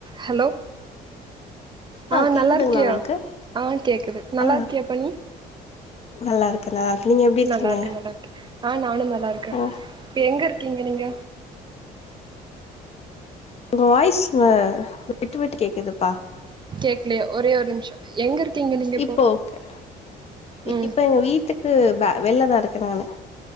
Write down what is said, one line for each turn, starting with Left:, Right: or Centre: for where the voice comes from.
Right: Hello, ஆ
Left: கேக்குதுங்களா
Right: நல்லாருக்கியா,
Left: உங்களுக்கு
Right: ஆ கேக்குது, நல்லா
Left: ஆ
Right: இருக்கியாப்பா நீ,
Left: நல்லா இருக்கே நல்லா இருக்கே நீங்க எப்டி இருக்கீங்க
Right: நல்லாருக்கே நல்லாருக்கே ஆ நானூ நல்லாருக்கே
Left: ஆ
Right: இப்ப எங்கருக் கீங்க நீங்க
Left: உங்க வாய்ஸ் வ விட்டு விட்டு கேக்குதுப்பா
Right: வீட்லையே ஒரே ஒரு நிமிஷோ எங்க இருக்கீங்க நீங்க
Left: இப்போ ஓகே
Right: ம்
Left: இப்ப எங்க வீட்டுக்கு வ வெளில தா இருக்கே நானு